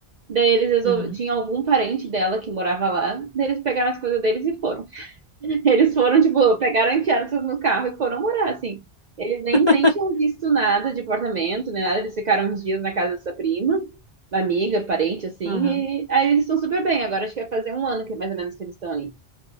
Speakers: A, on the right; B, on the left.
A: Daí eles resolveram,
B: Uhum,
A: tinha algum parente dela que morava lá, daí eles pegaram as coisas deles e foram. Eles foram, tipo, pegaram, enfiaram tudo no carro e foram morar, assim. Eles nem,
B: <laughs>
A: nem tinham visto nada de apartamento, nem nada. Eles ficaram uns dias na casa dessa prima, uma amiga, parente, assim.
B: uhum,
A: E aí eles estão super bem. Agora acho que vai fazer um ano que mais ou menos que eles estão ali.